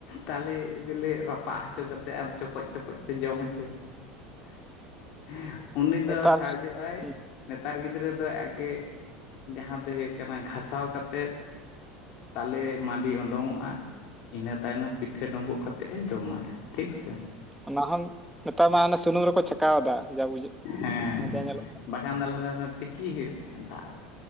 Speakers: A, on the left; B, in the centre.
A: ᱛᱟᱞᱮ ᱵᱮᱹᱞᱮᱹ ᱨᱟᱯᱟᱜ ᱦᱚᱪᱚ ᱠᱟᱛᱮᱫ ᱟᱢ ᱪᱚᱯᱚᱡ ᱪᱚᱯᱚᱡ ᱛᱮ ᱡᱚᱢ ᱦᱚᱪᱚᱭᱮᱢ <unintelligible> ᱩᱱᱤ
B: ᱱᱮᱛᱟᱨ
A: ᱫᱚ ᱠᱷᱟᱡᱚᱜᱼᱟᱭ
B: ᱦᱩᱸ
A: ᱱᱮᱛᱟᱨ ᱜᱤᱫᱽᱨᱟᱹ ᱫᱚ ᱟᱜᱮ ᱡᱟᱦᱟᱸᱼᱼ ᱦᱩᱭᱩᱜ ᱠᱟᱱᱟ ᱜᱷᱟᱥᱟᱣ ᱠᱟᱛᱮᱫ ᱛᱟᱞᱮ ᱢᱟᱹᱰᱤ ᱩᱰᱩᱝᱚᱜᱼᱟ᱾ ᱤᱱᱟᱹ ᱛᱟᱭᱱᱚᱢ ᱯᱤᱴᱷᱟᱹ ᱰᱩᱸᱵᱩᱜ ᱠᱟᱛᱮᱜ ᱮ ᱡᱚᱢᱟᱭ ᱴᱷᱤᱠ ᱥᱮ᱾
B: ᱚᱱᱟ ᱦᱚᱸ ᱱᱮᱛᱟᱨ ᱢᱟ ᱮᱱᱟ ᱥᱩᱱᱩᱢ ᱨᱮᱠᱚ ᱪᱷᱟᱠᱟᱣ ᱮᱫᱟ ᱡᱟ ᱵᱩᱡᱷᱟᱹᱜ
A: ᱦᱮᱸ ᱦᱮᱸ
B: ᱡᱟ ᱧᱮᱞᱚᱜ ᱠᱟᱱᱟ᱾
A: ᱵᱟᱠᱷᱟᱱ ᱞᱟᱦᱟ ᱛᱮᱫᱚ ᱛᱤᱠᱤ ᱦᱩᱭᱩᱜ ᱛᱟᱦᱮᱸᱫ ᱫᱟᱜ ᱨᱮ